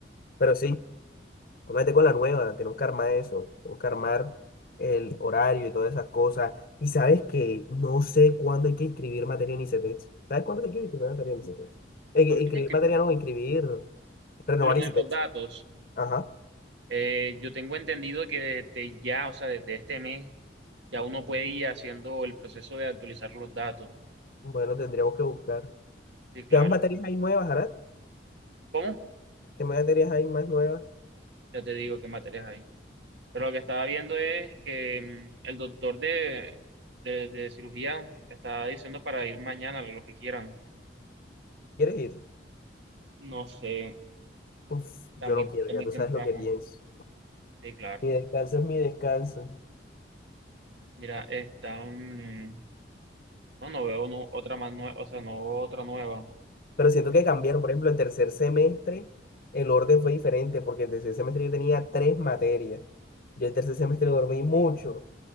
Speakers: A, on the left (about 50°); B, on the right (about 75°).
A: pero sí, métete con la nueva, tenemos que armar eso, tenemos que armar el horario y todas esas cosas. Y sabes que no sé cuándo hay que inscribir materia en ICETEX. ¿Sabes cuándo hay que inscribir materia en ICETEX? Eh,
B: Cuando
A: que inscribir
B: dije que-
A: materia no, inscribir, renovar
B: lo de
A: ICETEX.
B: los datos,
A: Ajá.
B: Eh, yo tengo entendido que desde ya, o sea, desde este mes, ya uno puede ir haciendo el proceso de actualizar los datos.
A: Bueno, tendríamos que buscar.
B: Sí, claro.
A: ¿Qué más materias hay nuevas, Arad?
B: ¿Cómo?
A: ¿Qué más materias hay más nuevas?
B: Ya te digo qué materias hay. Pero lo que estaba viendo es que mm, el doctor de, de, de cirugía estaba diciendo para ir mañana, lo que quieran.
A: ¿Quieres ir?
B: No sé,
A: Uf,
B: está
A: yo
B: muy,
A: no quiero,
B: está
A: ya
B: muy
A: tú
B: temprano.
A: sabes lo que pienso.
B: Sí, claro.
A: Mi descanso es mi descanso.
B: Mira, está... mm, No, no veo no, otra más nueva, o sea, no veo otra nueva.
A: Pero siento que cambiaron, por ejemplo, el tercer semestre, el orden fue diferente, porque el tercer semestre yo tenía tres materias. Yo el tercer semestre dormí mucho,